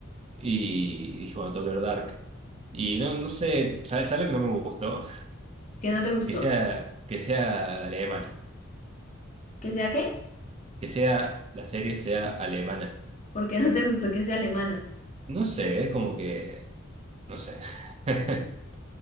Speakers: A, on the right; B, on the left.
A: y dije, bueno, tengo que ver Dark. Y no, no sé, ¿sabes, sabes lo que no me gustó?
B: ¿Qué no te gustó?
A: que sea, que sea alemana,
B: ¿Que sea qué?
A: que sea, la serie sea alemana.
B: ¿Por qué no te gustó que sea alemana?
A: No sé, es como que, no sé. <laughs>